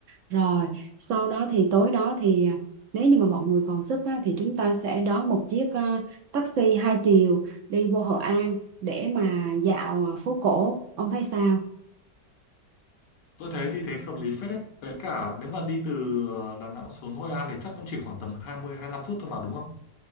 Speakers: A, on the right (about 70°); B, on the left (about 80°).
A: Rồi, sau đó thì tối đó thì à, nếu như mà mọi người còn sức á, thì chúng ta sẽ đón một chiếc ờ, taxi hai chiều đi vô Hội An để mà dạo ờ, phố cổ. Ông thấy sao?
B: Tôi thấy đi thế hợp lý phết đấy. Với cả nếu mà đi từ ờ, Đà Nẵng xuống Hội An thì chắc cũng chỉ khoảng tầm 20 lăm phút thôi mà đúng không?